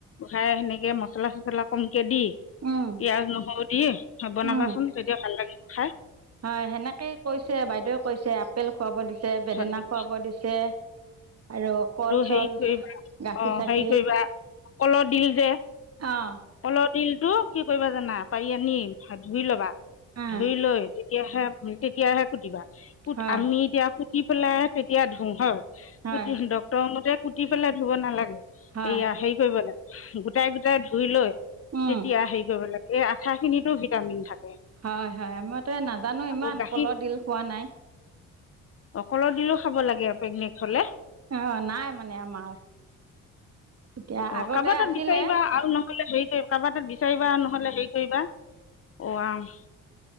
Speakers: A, on the left; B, on the right.
A: ওখাই সেনেকে মছলা চছলা কমকে দি
B: উম
A: পিয়াজ নহৰু দি বনাবাচোন,
B: উম
A: তেতিয়া ভাল লাগিব খায়।
B: হয় সেনেকেই কৈছে, বাইদেৱে কৈছে। আপেল খুৱাব দিছে, বেদেনা
A: হয় নেকি
B: খুৱাব দিছে। আৰু কল চল,
A: হেৰি কৰিবা
B: গাখীৰ
A: অঁ
B: চাখিৰ।
A: হেৰি কৰিবা কলৰ ডিল যে
B: অহ।
A: কলৰ দিলটো কি কৰিবা জানা, পাৰি আনি ধুই লবা,
B: উম
A: ধুই লৈ তেতিয়াহে উ তেতিয়াহে কুতিবা, কু
B: হয়
A: আমি এতিয়া কুতি পেলাই তেতিয়া ধু হয়
B: হয়
A: <unintelligible> ডক্তৰ মতে কুটি পেলাই ধুব নালাগে
B: হয়
A: এইয়া হেৰি কৰিব লাগে গোটাই গোটাই ধুই লৈ,
B: উম
A: তেতিয়া হেৰি কৰিব লাগে এই আঠা খিনিতো ভিটামিন থাকে।
B: হয় হয়, আমিতো নাজানো
A: আকৌ
B: ইমান
A: গাখীৰ
B: কলৰ ডিল খোৱা নাই।
A: অ', কলৰ দিলো খাব লাগে আৰু প্ৰেগনেত হলে।
B: অ', নাই মানে আমাৰ। এতিয়া
A: অ',
B: আগতে
A: কবাৰ তাত
B: আছিলে
A: বিচাৰিবা আৰু নহলে হেৰি কৰ কাবাতাত বিচাৰিবা নহ'লে হেই কৰিবা অ', আহ